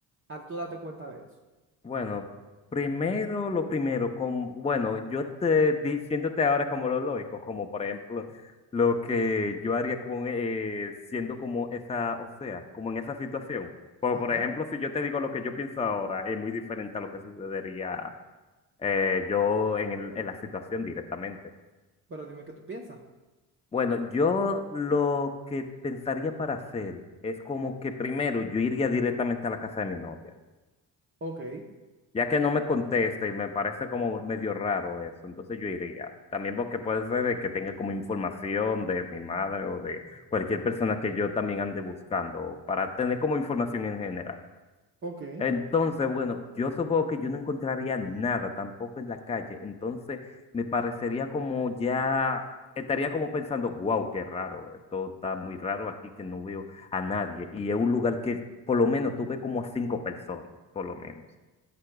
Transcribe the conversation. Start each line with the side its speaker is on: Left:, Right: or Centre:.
Right: al tú darte cuenta de eso?
Left: Bueno, primero lo primero, con, bueno, yo te diciéndote ahora como lo lógico, como por ejemplo lo que yo haría con, eh, siendo como esa, o sea, como en esa situación. Por,
Right: Ajá,
Left: por ejemplo, si yo te digo lo que yo pienso ahora, es muy diferente a lo que sucedería eh, yo en el- en la situación directamente.
Right: pero dime qué tú piensas.
Left: Bueno, yo lo que pensaría para hacer es como que primero yo iría directamente a la casa de mi novia,
Right: Ok,
Left: ya que no me contesta y me parece como medio raro eso, entonces yo iría. También porque puede ser de que tenga como información de mi madre o de cualquier persona que yo también ande buscando, para tener como información en general.
Right: ok.
Left: Entonces, bueno, yo supongo que yo no encontraría nada tampoco en la calle. Entonces, me parecería como ya, estaría como pensando, wow, qué raro, esto está muy raro aquí que no veo a nadie. Y es un lugar que por lo menos tuve como a cinco personas, por lo menos.